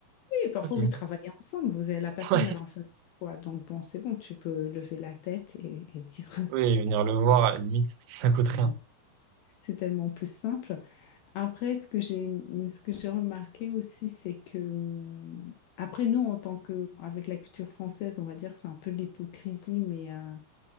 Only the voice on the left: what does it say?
oui, parfois
vous travaillez ensemble, vous avez la personne,
elle en fait quoi, donc bon, c'est bon, tu peux lever la tête et, et dire,
<laughs>
c'est tellement plus simple. Après, ce que j'ai, ce que j'ai remarqué aussi, c'est que, hum, après nous, en tant que, avec la culture française, on va dire, c'est un peu de l'hypocrisie, mais euh,